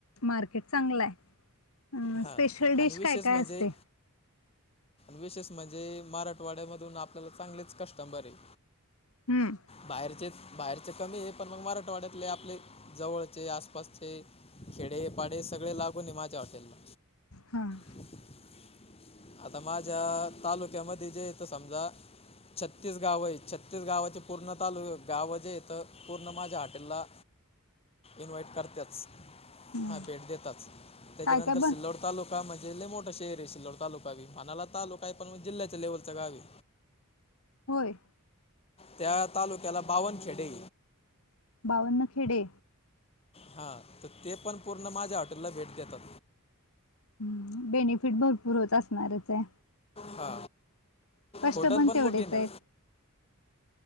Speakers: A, on the left; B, on the left.
A: मार्केट चांगला हाय. अ
B: हां
A: स्पेशल डिश
B: आणि विशेष
A: काय काय
B: म्हणजे
A: असते?
B: विशेष म्हणजे मराठवाड्यामधून आपल्याला चांगलेच कस्टंबर आहे.
A: हम्म.
B: बाहेरचे, बाहेरचे कमी आहे पण मग मराठवाड्यातले आपले जवळचे आसपासचे. खेडे पाडे सगळे लागून आहे माझ्या हॉटेलला.
A: हां.
B: <unintelligible> आता माझ्या तालुक्यामध्ये जे येत समजा. छत्तीस गाव आहे छत्तीस गावाचे पूर्ण तालुक गाव जे इथं पूर्ण माझ्या हॉटेलला.
A: ह.
B: इन्व्हाइट करतच
A: हम्म.
B: हा भेट दताच त्याच्यानंतर
A: काय काय बन
B: सिल्लोड. तालुका म्हणे मोठे एरियाो तालुका. वी म्हनाला तालुका आहे पण म जिल्ह्याच्या लेवलचा गावी.
A: होय.
B: त्या तालुक्याला बावनखेडे.
A: बावन्न खेडे.
B: हा तर ते पण पूर्ण माझ्या हॉटेलला भेट देतात.
A: हम्म बेनिफिट भरपूर होत असणार्याच आहे.
B: हा
A: कष्ट
B: होटल पण
A: तेवढेच
B: मोठी
A: आहेत
B: ना.